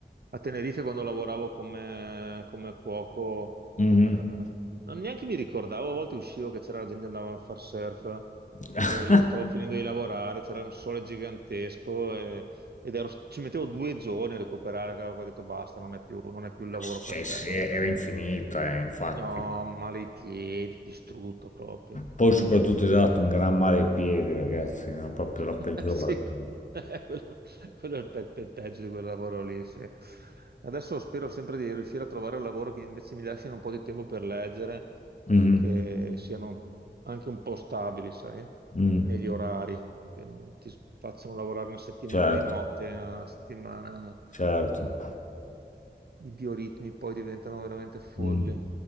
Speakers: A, on the right; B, on the left.
A: A Tenerife quando lavoravo come, come cuoco,
B: Mhm.
A: eh, non neanche mi ricordavo, a volte uscivo che c'era gente che andava a far surf.
B: <laughs>
A: E io stavo finendo di lavorare, c'era un sole gigantesco e- ed ero- ci mettevo due giorni a recuperare, cavolo, ho detto basta, non è più, non è più il lavoro
B: Cioè,
A: per te,
B: sì,
A: non-
B: era infinita, eh, infatti.
A: no, male i piedi, distrutto proprio.
B: Poi soprattutto esatto, un gran male ai piedi, ragazzi, è proprio la peggiore.
A: <laughs> Sì,
B: quella.
A: <laughs> quello, quello è il pe- pe- peggio di quel lavoro lì, sì. Adesso spero sempre di riuscire a trovare un lavoro che invece mi lasciano un po' di tempo per leggere
B: Mhm.
A: e che siano anche un po' stabili, sai,
B: Mm.
A: negli orari, che non ti s- facciano lavorare una settimana
B: Certo,
A: di notte, una settimana...
B: certo.
A: I bioritmi poi diventano veramente folli.
B: Mm.